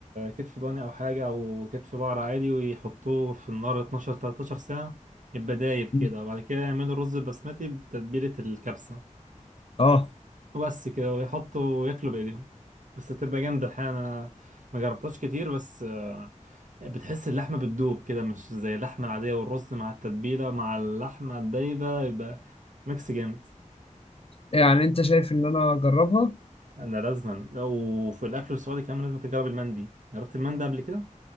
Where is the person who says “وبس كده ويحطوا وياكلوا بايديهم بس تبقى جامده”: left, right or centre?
Right